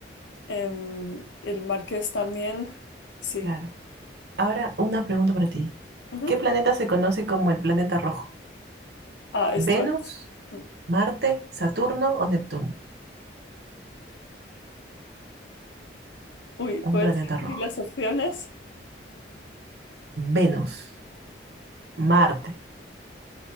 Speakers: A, on the left (about 80°); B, on the right (about 60°).
A: em, el Marqués también, sí.
B: claro. Ahora una pregunta para ti.
A: Ujú.
B: ¿Qué planeta se conoce como el planeta rojo?
A: Ah, esto
B: Venus,
A: es. mm,
B: Marte, Saturno o Neptuno.
A: Uy,
B: Un
A: ¿puedes
B: planeta rojo.
A: repetir las opciones?
B: Venus, Marte,